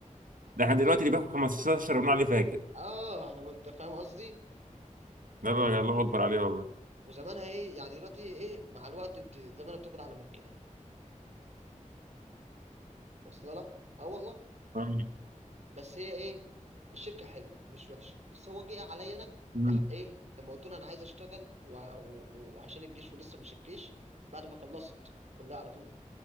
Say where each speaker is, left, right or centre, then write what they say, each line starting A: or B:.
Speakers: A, on the right (about 85°); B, on the right (about 55°).
A: ده احنا دلوقتي اللي بياخد 15 بنقول عليه فاجر
B: اه انا انت فاهم قصدي
A: ده الله الله اكبر عليه والله
B: وزمانها ايه يعني دلوقتي ايه مع الوقت بت... زمانها بتاخد اعلى من كده واصله لك اه والله
A: آه.
B: بس هي ايه الشركه حلوه مش وحشه بس هو جه عليا انا
A: امم
B: راح ايه لما قلت له انا عايز اشتغل و- و- وعشان الجيش ولسه مش الجيش بعد ما خلصت كلها على طول